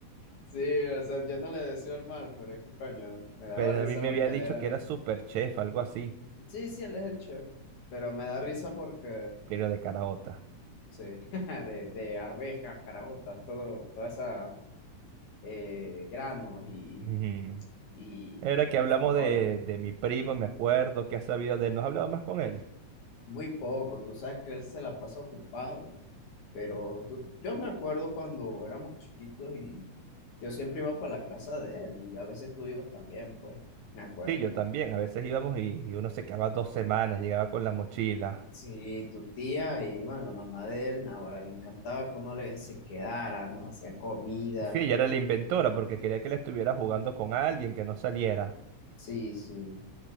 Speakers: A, on the left (about 85°); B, on the right (about 80°).
A: Sí, o sea, yo no le deseo el mal, pero es que coño, me daba
B: Pero
A: risa
B: a mí me
A: porque
B: había dicho
A: él era
B: que era super chef, algo así,
A: Sí, sí, él es el chef, pero me da risa porque,
B: pero de caraota.
A: sí, <laughs> de, de arvejas, caraotas, todo, toda esa eh, granos y,
B: Ujú.
A: y
B: Era que hablamos
A: frijoles.
B: de, de mi primo, me acuerdo, que ha sabido de él. ¿No has hablado más con él?
A: Muy poco, tú sabes que él se la pasa ocupado, pero tú, yo me acuerdo cuando éramos chiquitos y yo siempre iba para la casa de él y a veces tú ibas también, pues, me acuerdo.
B: Sí, yo también. A veces íbamos y, y uno se quedaba dos semanas, llegaba con la mochila.
A: Sí, tu tía y bueno, la mamá de él, ahora le encantaba que uno le, se quedara, nos hacía comida.
B: Sí, ella era la inventora porque quería que la estuviera jugando con alguien que no saliera.
A: Sí, sí.